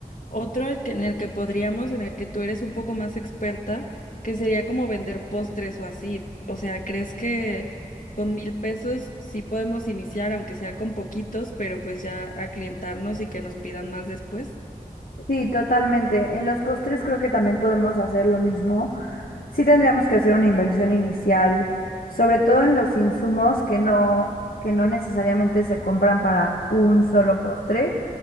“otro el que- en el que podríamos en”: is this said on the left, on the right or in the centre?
Left